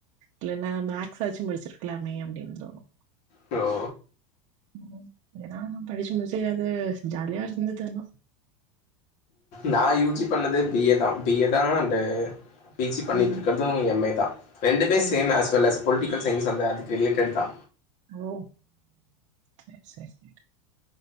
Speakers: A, on the right; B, on the left.
A: இல்லன்னா மேக்ஸ்சாச்சு படிச்சிருக்கலாமே அப்டின் தோணு
B: லோ
A: ம் ஏனா படிச்சு <unintelligible> ஜாலியா இருந்துது ஆனா
B: நா யூஜி பண்ணது பி ஏ தா பி ஏ தா அண்டு பி ஜி பண்ணிட்ருக்கது
A: ம்
B: எம் ஏ தா ரெண்டுமே
A: ஆ
B: same as well as political science தந்த அதுக் ரிலேடட் தா
A: ஓஹோ சேரி சேரி சேரி